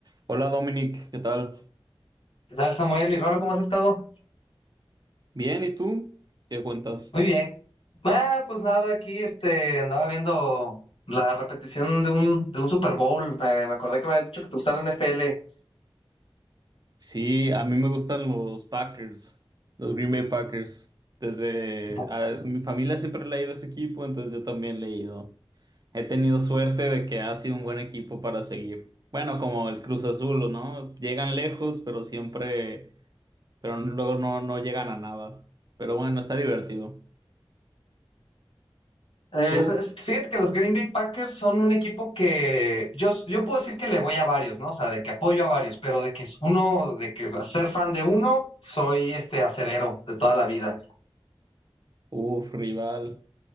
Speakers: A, on the right (about 45°); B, on the left (about 75°).
A: Hola Dominic, ¿qué tal?
B: ¿Qué tal, Samuel? Mi hermano, ¿cómo has estado?
A: Bien, ¿y tú? ¿Qué cuentas?
B: Muy bien. Ah, pues nada, aquí este, andaba viendo la repetición de un, de un Super Bowl. Me, me acordé que me habías dicho que te gustaba la NFL.
A: Sí, a mí me gustan los Packers, los Green Bay Packers. Desde
B: Bu-
A: a- mi familia siempre le ha ido a ese equipo, entonces yo también le he ido. He tenido suerte de que ha sido un buen equipo para seguir. Bueno, como el Cruz Azul, ¿no? Llegan lejos, pero siempre, pero luego no, no llegan a nada. Pero bueno, está divertido.
B: eh,
A: ¿Tú?
B: es- fíjate que los Green Bay Packers son un equipo que yo, yo puedo decir que le voy a varios, ¿no? O sea, de que apoyo a varios, pero de que es uno, de que ser fan de uno, soy este acerero de toda la vida.
A: Uf, rival.